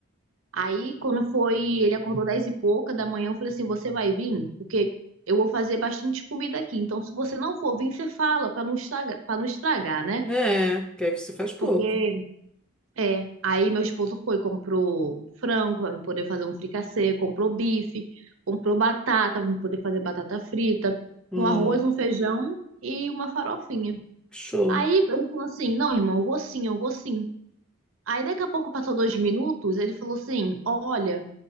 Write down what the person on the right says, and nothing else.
Aí, quando foi, ele acordou dez e pouca da manhã, eu falei assim, você vai vir? Porque eu vou fazer bastante comida aqui. Então, se você não for vir, você fala, para não estragar, para não estragar, né?
Porque, é, aí meu esposo foi, comprou frango para poder fazer um fricassê, comprou bife, comprou batata para poder fazer batata frita,
um arroz, um feijão e uma farofinha.
Aí ele falou assim, não, irmão, eu vou sim, eu vou sim. Aí daqui a pouco passou dois minutos, ele falou assim, olha...